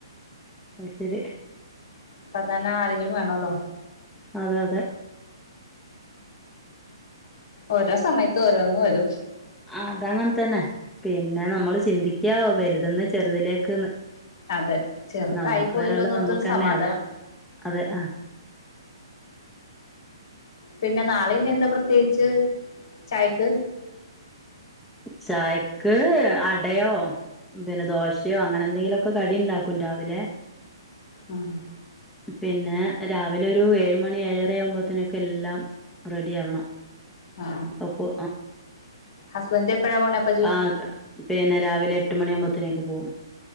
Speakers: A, in the centre; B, on the left (about 60°).
A: അഹ് ശരി
B: അപ്പതന്നെ ആരെങ്കിലും വേണമല്ലോ
A: അതെ അതെ
B: ഓരോ സമയത്ത ഓരോന്നും വരും
A: അതങ്ങനെ തന്നെ പിന്നെ നമ്മൾ ചിന്തിക്കോ വലുതന്ന് ചെറുതിലേക്ക്
B: അതെ ചെറുതായി
A: നമ്മുക്ക്
B: പോയല്ലോന്നോർത്തൊരു
A: വരുള്ളത് നമ്മുക്ക്ന്നെ
B: സമാധാനം
A: അതെ അതെ ആ
B: പിന്നെ നാളന്നെ എന്താ പ്രത്യേകിച്ച് ചായക്ക്
A: ചായക്ക് അടയോ പിന്നെ ദോശയോ അങ്ങനെ എന്തെങ്കിലുംൊക്കെ കടി ഉണ്ടാക്കും രാവിലെ
B: ആഹ്
A: പിന്നെ രാവിലെ ഒരു ഏഴ മണി ഏഴര ആവുമ്പോത്തേനൊക്കെ എല്ലാം റെഡി ആവണം
B: ആ
A: ഒക്കെ
B: ഹസ്ബൻഡ് എപ്പഴ പോ
A: ആഹ പിന്നെ രാവിലെ എട്ട് മണിയാകുമ്പോത്തനേക്ക് പോകും